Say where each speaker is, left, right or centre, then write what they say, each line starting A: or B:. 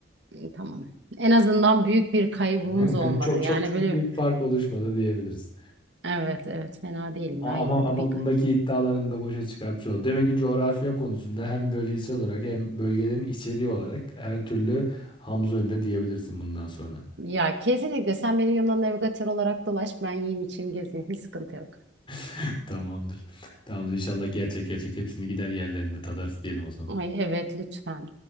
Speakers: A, on the right; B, on the left.
A: Tamam. En azından büyük bir kaybımız
B: <laughs>
A: olmadı.
B: Çok
A: Yani
B: çok çok
A: böyle
B: büyük fark oluşmadı diyebiliriz.
A: Evet evet fena değilim
B: A-
A: ya yine
B: Ama ama
A: de bir
B: bundaki
A: kal.
B: iddialarını da boşa çıkartmış oldu. Demek ki coğrafya konusunda hem bölgesel olarak hem bölgelerin içeriği olarak her türlü Hamza önünde diyebilirsin bundan sonra.
A: Ya kesinlikle sen benim yanımda navigatör olarak dolaş ben yiyeyim içeyim gezeyim hiç sıkıntı yok.
B: <laughs> Tamamdır. Tamamdır. İnşallah gerçek gerçek hepsini gider yerlerinde tadarız diyelim o zaman.
A: Ay evet lütfen